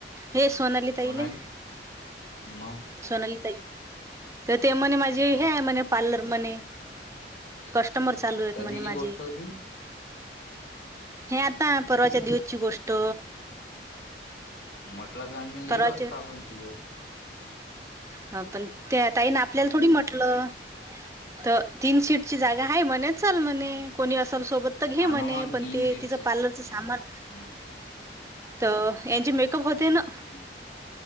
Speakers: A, on the right; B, on the left.
A: हे सोनाली ताईले
B: कोणाले मग
A: सोनाली ताई तर ते म्हणे माझे
B: अ,
A: हे आहे म्हणे पार्लर म्हणे. कष्टमर चालू आहेत
B: कधीची
A: म्हणे माझे.
B: गोष्ट होती ही?
A: हे आता परवाच्या दिवसची गोष्ट.
B: म्हटलं का नाही गेलो
A: परवाच्या
B: असता आपण तिघं.
A: हा पण त्या ताईने आपल्याला थोडी म्हटलं. तर तीन सीट ची जागा आहे म्हणे चाल म्हणे कोणी असाल सोबत तर
B: हो
A: घे म्हणे
B: ना मग
A: पण
B: तीन
A: ते
B: सीटची
A: तिचं पार्लरचं सामान
B: मग
A: तर यांचे मेकअप होते ना
B: हम्म,